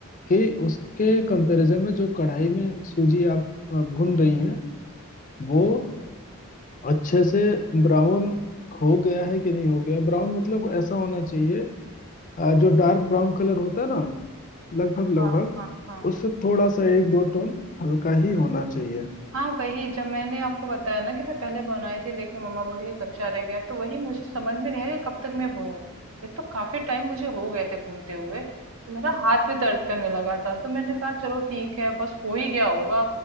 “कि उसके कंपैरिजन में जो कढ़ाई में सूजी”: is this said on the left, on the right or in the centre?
Left